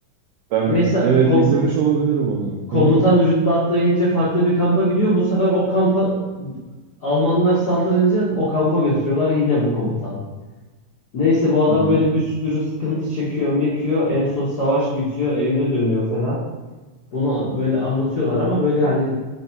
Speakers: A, on the right (about 75°); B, on the left (about 55°).
A: Ben
B: Neyse
A: evet
B: kom-
A: izlemiş olabilirim onu.
B: komutan
A: Hı hı.
B: rütbe atlayınca farklı bir kampa gidiyor. Bu sefer o kampa Almanlar saldırınca o kampa götürüyorlar yine bu komutan. Neyse bu adam
A: Hı hı.
B: böyle bir sürü sıkıntı çekiyor, mekiyor. En son savaş bitiyor, evine dönüyor falan. Bunu böyle anlatıyorlar ama böyle hani